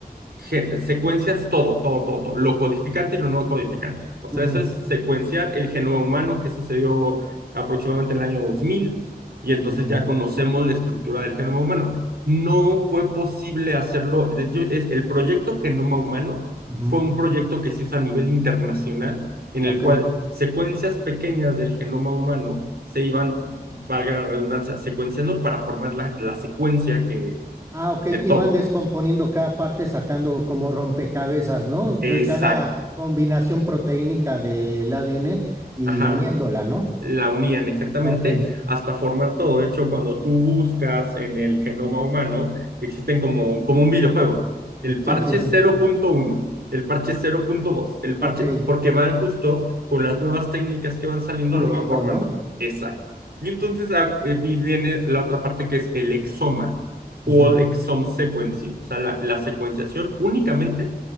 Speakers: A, on the right (about 80°); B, on the right (about 20°).
A: gen- secuencias todo, todo, todo, todo, lo codificante y lo no codificante. O sea,
B: ujú,
A: eso es secuenciar el genoma humano que sucedió aproximadamente en el año 2000 y entonces
B: ok,
A: ya conocemos la estructura del genoma humano. No fue posible hacerlo, de hecho, es, el proyecto Genoma Humano
B: ujú,
A: fue un proyecto que se hizo a nivel internacional en
B: ok.
A: el cual secuencias pequeñas del genoma humano se iban, valga la redundancia, secuenciando para formar la, la secuencia que,
B: Ah, ok,
A: de todo.
B: iban descomponiendo cada parte, sacando como rompecabezas, ¿no? De
A: Exacto.
B: cada combinación proteínica del ADN y
A: Ajá,
B: uniéndola, ¿no?
A: la unían exactamente
B: Ok,
A: hasta formar todo. De hecho, cuando tú buscas en el genoma humano, existen como, como un videojuego. El parche
B: sí, sí, sí.
A: 0.1, el parche 0.2, el parche,
B: Ok,
A: porque van justo con las nuevas técnicas que van saliendo,
B: puliendo,
A: lo van formando.
B: ¿no?
A: Exacto. Y entonces ah, eh, viene la otra parte que es el exoma, whole
B: Ujú,
A: exome sequencing, o sea, la, la secuenciación únicamente